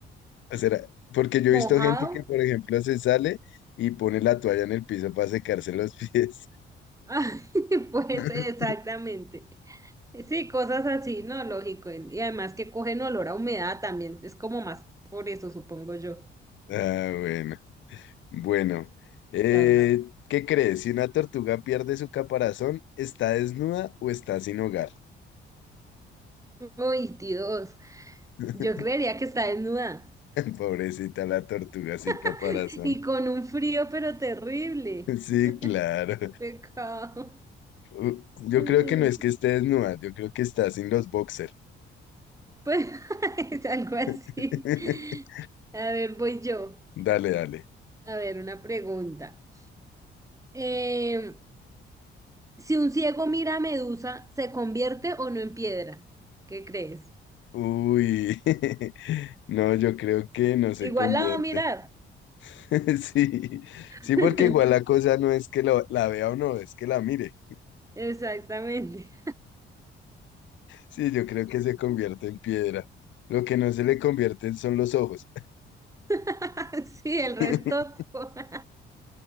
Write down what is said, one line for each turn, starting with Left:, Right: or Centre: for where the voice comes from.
Left: ¿O será? Porque yo
Right: mojado,
Left: he visto gente que, por ejemplo, se sale y pone la toalla en el piso para secarse los pies.
Right: <laughs> pues
Left: <laughs>
Right: exactamente. Sí, cosas así, ¿no? Lógico. Y además que cogen olor a humedad también. Es como más por eso, supongo yo.
Left: Ah, bueno. Bueno, eh,
Right: Dios.
Left: ¿qué crees? Si una tortuga pierde su caparazón, ¿está desnuda o está sin hogar?
Right: Uy, Dios.
Left: <laughs>
Right: Yo creería que está desnuda.
Left: Pobrecita la tortuga sin caparazón.
Right: <laughs> Y con un frío, pero terrible.
Left: <laughs> Sí, claro.
Right: <laughs> Qué pecado.
Left: U- Yo
Right: Ay,
Left: creo que no es que esté desnuda, yo creo que está sin los boxers.
Right: Pues <laughs> es algo así.
Left: <laughs>
Right: A ver, voy yo.
Left: Dale, dale.
Right: A ver, una pregunta. Eh, si un ciego mira a Medusa, ¿se convierte o no en piedra? ¿Qué crees?
Left: Uy, <laughs> no, yo creo que no se
Right: Igual
Left: convierte.
Right: la va a mirar.
Left: <laughs> Sí,
Right: <laughs>
Left: sí, porque igual la cosa no es que lo- la vea o no, es que la mire.
Right: Exactamente.
Left: Sí, yo creo que se convierte en piedra. Lo que no se le convierten son los ojos.
Right: <laughs> Sí, el resto
Left: <laughs>
Right: <laughs>